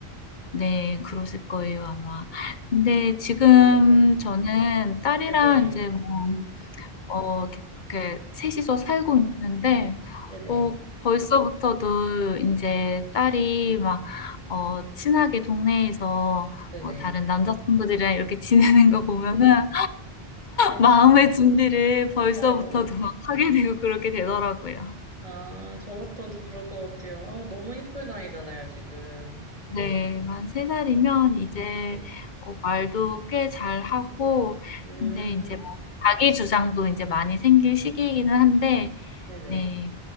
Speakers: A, on the left (about 50°); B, on the right (about 35°).
A: 네. 그러실 거예요 아마.
B: 음,
A: 근데 지금
B: 네네.
A: 저는 딸이랑
B: 네네.
A: 인제 뭐
B: 음,
A: 어 이렇게 이렇게 이서 살고 있는데
B: 네네.
A: 어 벌써부터도 인제 딸이 막 어 친하게 동네에서
B: 네네.
A: 뭐 다른 남자 친구들이랑 이렇게 <laughs> 지내는 거 보면은
B: 네.
A: 마음의 준비를 벌써부터도
B: 아이고.
A: 막 하게 되고 그렇게 되더라고요.
B: 아, 저 같아도 그럴 것 같아요. 아, 너무 예쁠 나이잖아요, 지금.
A: 네, 만 3살이면
B: 아,
A: 이제
B: 네.
A: 어, 말도 꽤 잘하고,
B: 음,
A: 근데 이제 뭐 자기 주장도 이제 많이 생길 시기이기는 한데,
B: 네네.
A: 네,